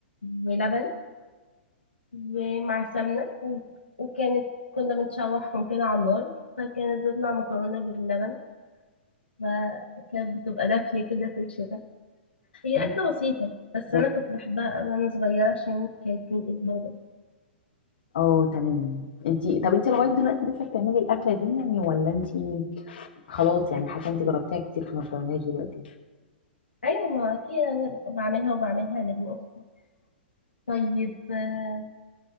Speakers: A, on the left; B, on the left.
A: ولبن ومع سمنة و- وكانت كنا بنشوحهم كده على النار فكانت بتطلع مكرونة باللبن فكانت بتبقى دافية كده في الشتاء هي
B: طب
A: أكلة بسيطة بس
B: انت-
A: أنا كنت بحبها أوي وأنا صغيرة عشان كانت من إيد بابا
B: اه تمام انت طب انت لغايه دلوقتي لسه بتعملي الاكله دي يعني ولا انت خلاص يعني حاجه انت جربتيها كتير فما بتعملهاش دلوقتي
A: ايوه ما اكيد انا بعملها وبعملها لابن اختي طيب آه،